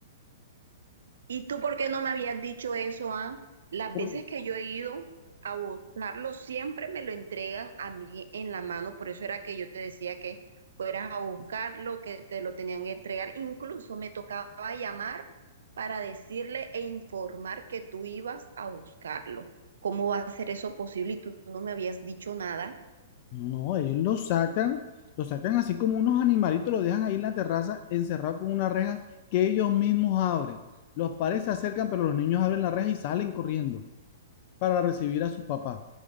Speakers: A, on the right; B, on the left.
A: ¿Y tú por qué no me habías dicho eso, ah? Las
B: Por-
A: veces que yo he ido a buscarlo, siempre me lo entregan a mí en la mano. Por eso era que yo te decía que fueras a buscarlo, que te lo tenían que entregar. Incluso me tocaba llamar para decirle e informar que tú ibas a buscarlo. ¿Cómo va a ser eso posible? Y tú no me habías dicho nada.
B: No, ellos lo sacan, lo sacan así como unos animalitos, lo dejan ahí en la terraza encerrado con una reja que ellos mismos abren. Los padres se acercan, pero los niños abren la reja y salen corriendo para recibir a sus papás.